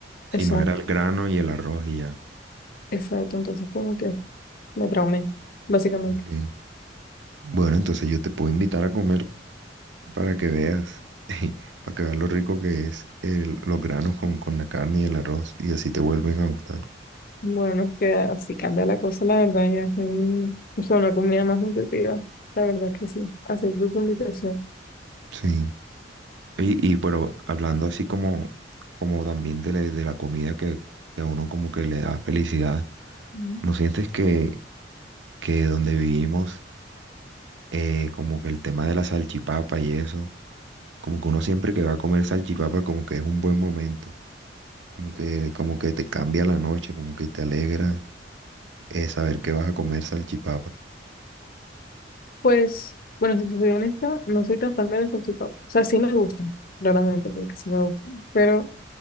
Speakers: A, on the right (about 75°); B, on the left (about 50°).
A: sino
B: Exacto,
A: era el grano y el arroz y ya.
B: exacto, entonces como que me traumé básicamente.
A: Ok. Bueno, entonces yo te puedo invitar a comer para que veas, <laughs> para que veas lo rico que es el- los granos con, con la carne y el arroz y así te vuelven a gustar.
B: Bueno, no, es que así cambia la cosa, la verdad, ya es un- es una comida más nutritiva. La verdad que sí. Acepto tu invitación.
A: Sí. Y, y pero hablando así como, como también de la, de la comida que, que a uno como que le da felicidad,
B: Mm.
A: ¿no sientes que, que donde vivimos eh, como que el tema de la salchipapa y eso, como que uno siempre que va a comer salchipapa como que es un buen momento, como que, como que te cambia la noche, como que te alegra eh, saber que vas a comer salchipapa.
B: Pues, bueno, si te soy honesta, no soy tan fan de las salchipapas. O sea, sí me gustan, claramente, porque sí me gustan. Pero